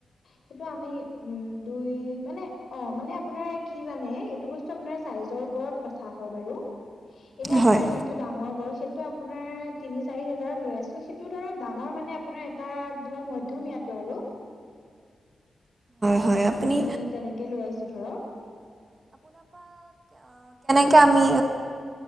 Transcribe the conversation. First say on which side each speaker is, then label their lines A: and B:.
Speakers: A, on the left; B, on the right.
A: সেইটো আমি উম দুই মানে অ মানে আপোনাৰ কি জানে এইটো বস্তু আপোনাৰ চাইজৰ ওপৰত কথা হয় বাৰু এনে আপোনাৰ
B: হয়
A: যিটো ডাঙৰ গড় সেইটো আপোনাৰ তিনি চাৰি হাজাৰত লৈ আছো সেই টো ধৰক ডাঙৰ মানে আপোনাৰ এটা ধৰ মধ্যমীয়াটো আৰু
B: হয়। আপুনি
A: আমি তেনেকে লৈ আছো ধৰক
B: তাকে আমি